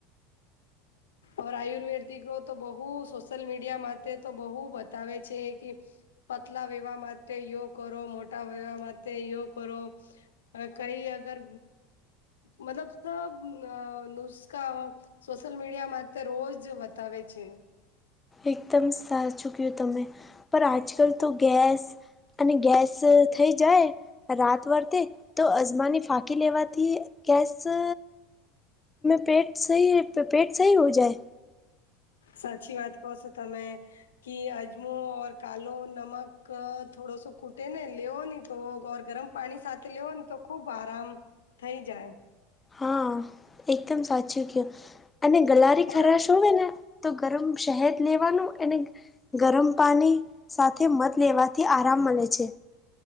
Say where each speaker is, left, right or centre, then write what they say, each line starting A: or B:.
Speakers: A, on the left (about 80°); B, on the left (about 15°).
A: આયુર્વેદ તો બહુ સોશિયલ મીડિયા માટે તો બહુ બતાવે છે, કે બદલા લેવા માટે આ કરો, મોટા લેવા માટે યો કરો અ કઈ અગર મતલબ નુસ્ખા સોશિયલ મીડિયામાં ત રોજ બતાવે છે.
B: એકદમ સાચુ ક્હ્યું તમે પણ આજકાલ તો ગેસ અને ગેસ થઈ જાય રાત વર્તે તો અજમાની ફાકી લેવાથી ગસ તેજ સહી, પેટ સહી હો જાય
A: સાચી વાત કહો છો, તમે. કે અજમો, કાલો નમક થોડો સો કૂટે ને લેવની તો ગરમ પાણી સાથે લેવો ને તો ખુબ આરામ થઇ જાય.
B: હા એકદમ સાચું કહ્યું અને ગલારી
A: ઓર
B: ખરાશ હોવે ને? તો ગરમ શહેદ લેવાનું અને ને ગરમ પાણી સાથે મધ લેવાથી આરામ મળે છે.